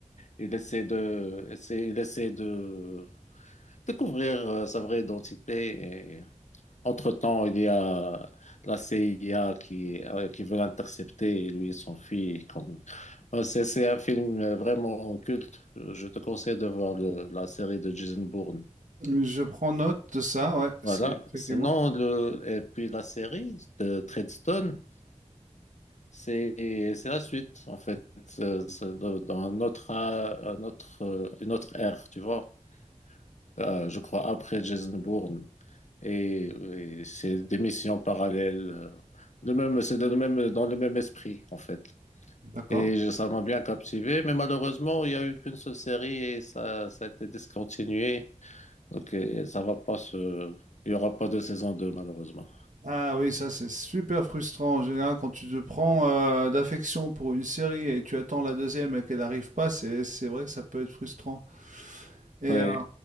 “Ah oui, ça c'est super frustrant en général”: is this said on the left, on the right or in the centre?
Right